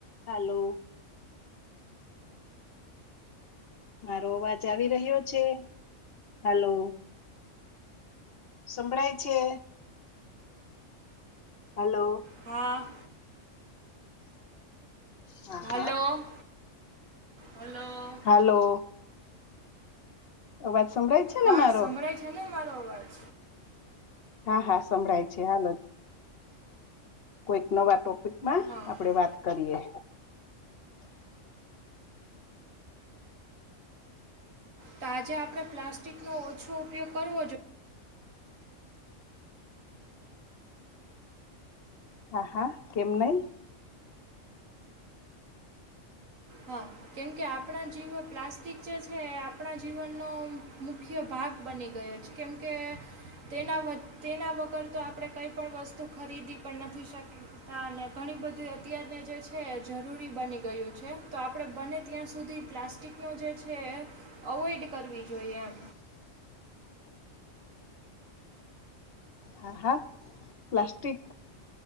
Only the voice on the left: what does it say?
Hello. મારો અવાજ આવી રહ્યો છે હાલો. સંભળાય છે. હાલો.
હા
હા
હાલો. અવાજ સંભળાય છે.
ને મારો
હા હા સંભળાય છે હાલો કોઈક નવા ટોપિકમાં.
આપણે વાત કરીએ.
હા હા કેમ નઈ.
હહા પ્લાસ્ટિક